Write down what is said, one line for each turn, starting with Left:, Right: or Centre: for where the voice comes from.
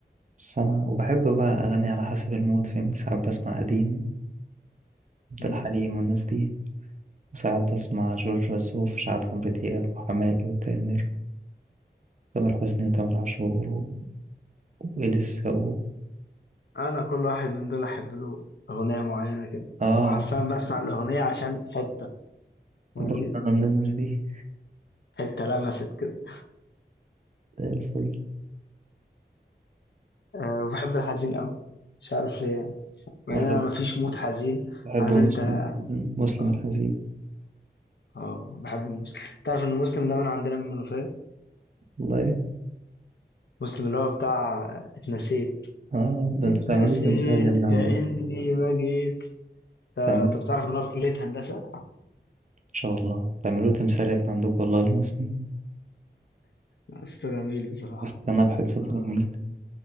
Right: بس أنا وبحب بقى أغني على حسب المود فاهمني ساعات بسمع قديم عبد
Left: مم.
Right: الحليم والناس دي وساعات بسمع جورج وسوف وساعات عمرو دياب وحماقي وتامر تامر حسني وتامر عاشور و... وإليسا و...
Left: انا كل واحد من دول احب له اغنية معينة كده
Right: اه
Left: وحرفيا بسمع الاغنية عشان حتة فاهمني
Right: برضه أنا من الناس دي
Left: حتة لمست كده
Right: زي الفل
Left: أه وبحب الحزين قوي مش عارف ليه يعني مع
Right: بحب
Left: ان انا مفيش مود حزين
Right: بحب
Left: عارف
Right: مسلم
Left: انت
Right: جداً، مسلم
Left: اه
Right: الحزين
Left: آه، بحب المسلم تعرف ان مسلم ده من عندنا من المنوفية
Right: والله
Left: مسلم اللي هو بتاع اتنسيت
Right: اه ده
Left: اتنسيت
Right: انتوا تعملوا تمثال يا ابني عندكم
Left: كأني ما جيت تا-
Right: تعملوا
Left: طب تعرف ان هو في كلية هندسة؟
Right: ان شاء الله تعملوا تمثال يا ابني عندكم والله المسلمين
Left: أسطى جميل بصراحة
Right: استنى بحد
Left: اه
Right: جميل